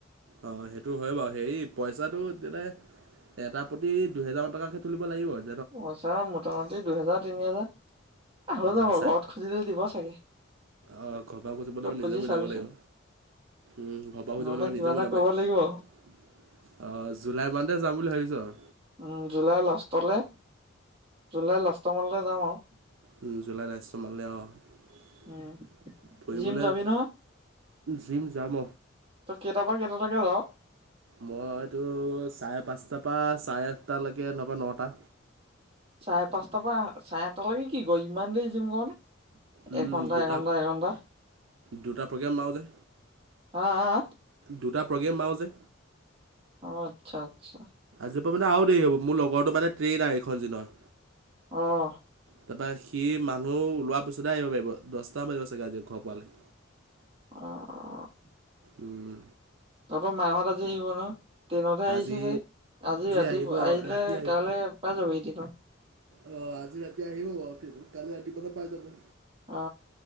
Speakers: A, on the right (about 75°); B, on the right (about 30°).
A: অ সেইটো হয় বাৰু হেৰি- পইচাটো তেনে- এটা প্ৰতি দুহেজাৰ টকাকে - তুলিব লাগিবই
B: পইচা মোটামুটি দুহেজাৰ তিনি হেজাৰ আহ হৈ
A: অ'
B: যাব
A: চাই
B: ঘৰত খুজিলে দিব চাগে।
A: অ ঘৰপা খুজিবলৈ
B: তই খুজি
A: নিজেও মিলাব
B: চাবিচোন
A: লাগিব উম ঘৰপাও খুজিবলৈ
B: নহ'লে কিবা
A: নিজেও
B: এটা
A: মিলাব
B: কৰিব
A: লাগিব।
B: লাগিব
A: অহ জুলাই মানতে যাম বুলি ভাবিছোঁ আও
B: উম জুলাই লাষ্টলে জুলাই লাষ্ট মানলে- যাওঁ আও
A: উম জুলাই লাষ্ট সোমালে যাবা অ
B: উম
A: ফুৰিবলে
B: জিম যাবি নহয়
A: জিম জাম
B: তই কেইটাৰ পৰা কেইটা লৈকে ৰ?
A: মই এইটো চাৰে, পাঁচটাৰ পৰা চাৰে আঠটালৈকে নবা নটা
B: চাৰে পাঁচটাৰ পৰা চাৰে আঠটা লাগে কি ক ইমান দেৰি জিম কৰা নে?
A: উম,
B: এঘন্টা
A: দুটা
B: এঘন্টা এঘন্টা
A: দুটা প্ৰগ্ৰেম মাৰো যে।
B: আহ
A: দুটা প্ৰগ্ৰেম মাৰো যে।
B: অ, আচ্ছা আচ্ছা।
A: জপা মানে আৰু দেৰি হ'ব মোৰ লগৰটো মানে ট্ৰেইন আৰু এইখন দিনৰ
B: আহ।
A: তাৰপৰা সি মানুহ ওলোৱা পিছত সদায় আহিব পাৰিব, দছটা বা কা যে ঘৰ পালে
B: আহ।
A: উম।
B: তহঁতোৰ মাহঁত আজি আহিব ন? ট্ৰেইনতে আহিছে
A: আজি
B: চাণগে, আজি ৰাতি
A: আহিব
B: আহিলে
A: ৰাতি আহিব।
B: কাইলৈ পাই যাব এদিনত
A: অ আজি ৰাতি আহিব বাৰু, কালি ৰাতিপুৱা পাই যাব।
B: অ